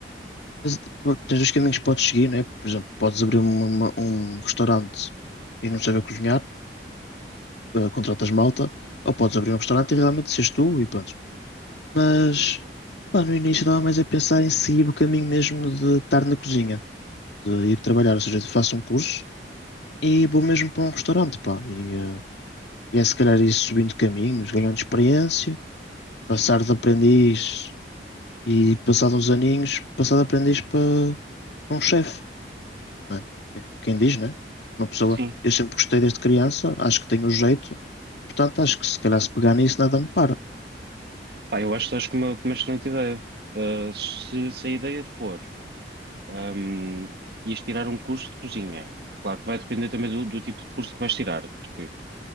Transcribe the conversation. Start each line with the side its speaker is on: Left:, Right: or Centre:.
Left: tens, tens os caminhos que podes seguir, né? Por exemplo, podes abrir uma- uma- um restaurante e não saber cozinhar. eh, contratas malta, ou podes abrir um restaurante e realmente seres tu e pronto. Mas, pá, no início estava mais a pensar em seguir o caminho mesmo de estar na cozinha, de ir trabalhar, ou seja, faço um curso e vou mesmo para um restaurante, pá. E, eh, e é se calhar ir subindo caminhos, ganhando experiência, passar de aprendiz e passado uns aninhos, passar de aprendiz para um chefe, né? Quem quem diz, né? Uma pessoa,
Right: Sim.
Left: eu sempre gostei desde criança, acho que tenho o jeito. Portanto, acho que se calhar se pegar nisso nada me para.
Right: Pá, eu acho que estás com uma, com uma excelente ideia. Ah, se, se a ideia for, ahm, ires tirar um curso de cozinha, claro que vai depender também do, do tipo de curso que vais tirar, porque